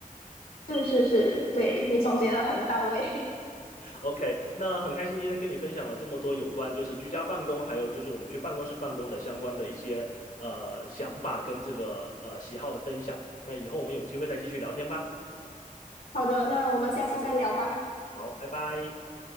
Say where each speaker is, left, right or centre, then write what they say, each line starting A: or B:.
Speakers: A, on the left; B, on the left.
A: 是是是，对，你总结的很到位。
B: OK，那很开心今天跟你分享了这么多有关就是居家办公，还有就是我们去办公室办公的相关的一些呃想法跟这个呃喜好的分享。那以后我们有机会再继续聊天吧。
A: <laughs> 好的，那我们下次再聊吧，
B: 好，拜拜。